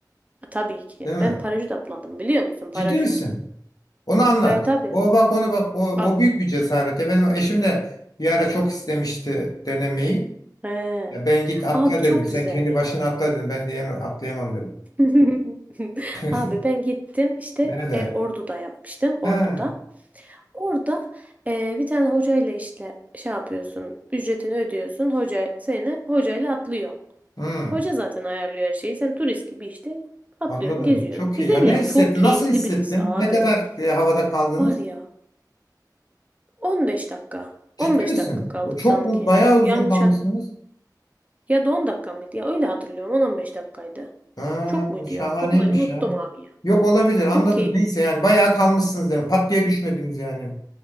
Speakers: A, on the right; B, on the left.
A: Tabii ki.
B: Değil mi?
A: Ben paraşüt atladım biliyor musun? Paraşüt.
B: Ciddi misin? Onu anlat.
A: Ve tabii.
B: O bak onu bak o, o
A: A-
B: büyük bir cesaret. Ya benim eşim de bir ara çok istemişti denemeyi.
A: He.
B: Ya ben git atla
A: Abi çok
B: dedim. Sen
A: güzel
B: kendi
A: ya.
B: başına atla dedim. Ben diyemem, atlayamam dedim.
A: <laughs> Abi
B: <laughs>
A: ben gittim işte
B: Nerede?
A: e, Ordu'da yapmıştım Ordu'da.
B: Ha.
A: Orada e, bir tane hocayla işte şey yapıyorsun ücretini ödüyorsun hoca seni hocayla atlıyor.
B: hmm.
A: Hoca zaten ayarlıyor her şeyi sen turist gibi işte atlıyorsun
B: Anladım.
A: geziyorsun.
B: Çok
A: Güzel
B: iyi ya. Ne
A: yani
B: hissettin?
A: çok keyifli
B: Nasıl hissettin?
A: bir his abi.
B: Ne kadar e, havada kaldınız?
A: Var ya 15 dakika.
B: Ciddi
A: 15
B: misin?
A: dakika kaldık
B: Bu Çok
A: sanki.
B: mu? Bayağı uzun
A: Yanlış
B: kalmışsınız.
A: hat. Ya da 10 dakika mıydı? Ya öyle hatırlıyorum. 10-15 dakikaydı.
B: Ha,
A: Çok muydu
B: şahaneymiş
A: ya? Vallahi unuttum
B: ya.
A: abi ya.
B: Yok olabilir anladım.
A: Çok keyif.
B: Neyse yani bayağı kalmışsınız demek. Pat diye düşmediniz yani.